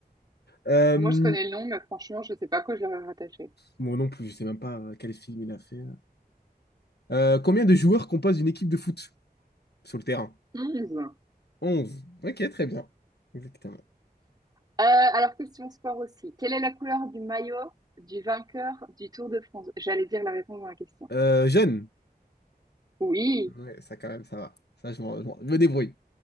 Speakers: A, on the left (about 85°); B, on the right (about 25°).
A: Euh,
B: Moi, je connais le nom, mais franchement, je ne sais pas à quoi je l'aurais rattaché.
A: moi non plus, je sais même pas euh, quel film il a fait. Euh, Euh, combien de joueurs composent une équipe de foot sur le terrain?
B: 11. Euh,
A: onze Ok, très bien. Exactement.
B: alors, question sport aussi. Quelle est la couleur du maillot du vainqueur du Tour de France? J'allais dire la réponse dans la question.
A: Euh, jeune.
B: Oui.
A: Ouais, ça quand même, ça va. Ça, je, m'en- je m'en- je me débrouille.